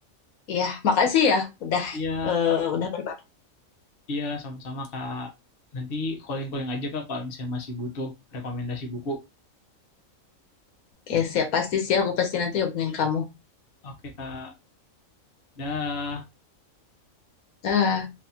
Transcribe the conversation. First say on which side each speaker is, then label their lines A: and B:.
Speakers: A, on the left (about 80°); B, on the left (about 45°).
A: Iya, makasih ya udah
B: Iya,
A: eh, udah berbagi.
B: iya sama-sama kak. Nanti calling-calling aja kak kalau misalnya masih butuh rekomendasi buku.
A: Ya siap pasti sih aku pasti nanti hubungin kamu.
B: Oke kak, dah.
A: Dah.